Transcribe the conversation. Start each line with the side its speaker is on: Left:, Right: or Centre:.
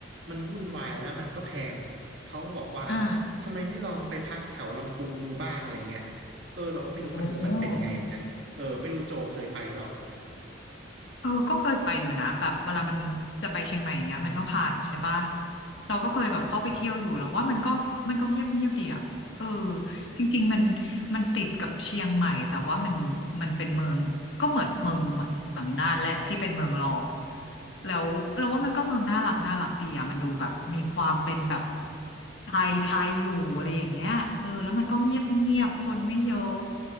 Right: มันวุ่นวายแล้วมันก็แพงเขาก็บอกว่า
Left: อ่า
Right: ทำไมไม่ลองไปพักแถวลำพูนดูบ้างอะไรเงี้ยเออเราก็ไม่รู้มันมันเป็นไงเหมือนกันเออไม่รู้โจเคยไปเปล่า
Left: โอ้เออก็เคยไปอยู่นะแบบเวลามันจะไปเชียงใหม่เนี้ยมันก็ผ่านใช่ปะเราก็เคยแบบเข้าไปเที่ยวอยู่แล้วว่ามันก็มันก็เงียบเงียบดีอะเออ
Right: เอาเหรอ
Left: จริงๆมันมันติดกับเชียงใหม่แต่ว่ามันมันเป็นเมืองก็เหมือนเมืองแบบหลังน่านแหละที่เป็นเมืองรองแล้วเราว่ามันก็เมืองน่ารักน่ารักดีอะมันดูแบบมีความเป็นแบบไทยไทยอยู่อะไรอย่างเงี้ยเออแล้วมันก็เงียบเงียบคนไม่เยอะ
Right: อ๋อ